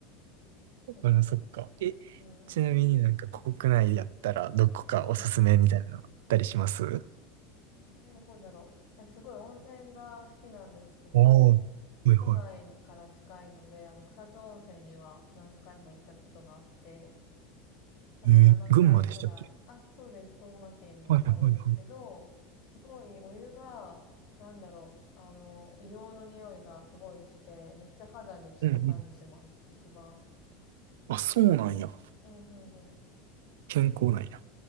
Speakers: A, on the left; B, on the right.
A: ょっと。
B: あら、そっか。え、
A: うんうん。
B: ちなみになんか国内やったらどこかおすすめみたいなのあったりします
A: うん。えー、どこだろう。私すごい温泉が好きなんですけど、
B: おあ、はいはい。
A: 都内から近いので、あの、草津温泉には何回も行ったことがあって、多分7回くらい。
B: えー群馬でしたっけ
A: あ、そうです。群馬県にあるんですけど、
B: はいはいはい。
A: すごいお湯が、なんだろう、あの、硫黄の匂いがすごいして、めっちゃ肌に効く感じします。
B: うんうん。
A: 一番。
B: あ、そうなんや。
A: うん、うん、うん。
B: 健康なんや。